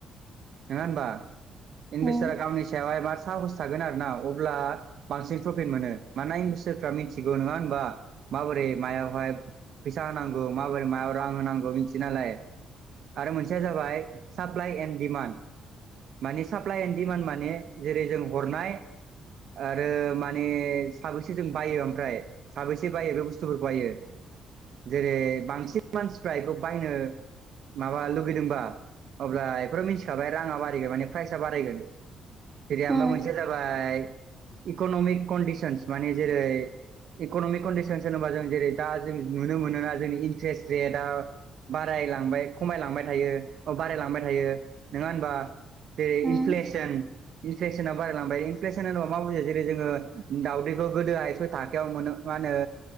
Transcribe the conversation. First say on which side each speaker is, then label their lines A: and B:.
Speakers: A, on the right; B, on the right.
A: नोङा होनबा? इनभेस्टारा
B: उम
A: गावनि सायावहाय मा साहस थागोन आरोना। अब्ला बांसिन प्रफिट मोनो मानोना <unintelligible> सोरफ्रा मिथिगौ नोङा होनबा? माबोरै मायावहाय फैसा होनांगौ माबोरै मायाव रां होनांगौ मिथियो नालाय आरो मोनसेया जाबाय साप्लाइ एन्ड डिमान्ड माने साप्लाइ एन्ड डिमान्ड माने जेरै जों हरनाय आरो माने साबेसे जों बायो ओमफ्राय साबेस से बायो बे बुस्थुफोरखौ बायो जेरै बांसिन मानसिफ्रा बेखौ बायनो माबा लुगैदोंबा अब्ला बेफोर मिथिखाबाय राङा बारायगोन माने प्राइसा बारायगोन। बिदि ओमफाय
B: उम
A: मोनसे जाबाय इकनमिक कन्डिसनस माने जेरै इकनमिक कन्दिसनस होनोबा जों जेरै दा जों नुनो मोनोना जोंनि इन्ट्रेस्ट रेटआ बारायलांबाय खमायलांबाय थायो अ बारायलांबाय थायो नङा होनबा? जेरै
B: उम
A: इनफ्लेसन इनफ्लेसना बारायलांबाय इनफ्लेसन होनोबा मा बुजो जेरै जोङो दावउदखौ गोदो सय थाखायाव मोनो मा होनो